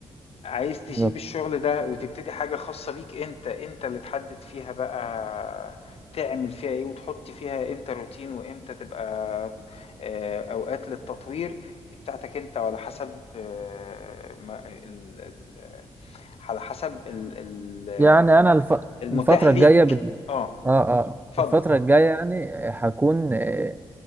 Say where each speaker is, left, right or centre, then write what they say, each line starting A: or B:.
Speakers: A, on the left; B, on the right.
A: عايز تسيب
B: بالظبط.
A: الشغل ده وتبتدي حاجة خاصة بيك انت انت اللي تحدد فيها بقى تعمل فيها ايه وتحط فيها امتى روتين وامتى تبقى آه، اوقات للتطوير دي بتاعتك انت وعلى حسب آه، ما- ال- ال- على حسب ال- ال-
B: يعني انا الف...
A: المتاح
B: الفترة
A: حسب
B: الجاية
A: ليك
B: بال...
A: اه
B: اه اه
A: اتفضل
B: الفترة الجاية يعني آه، هكون آه،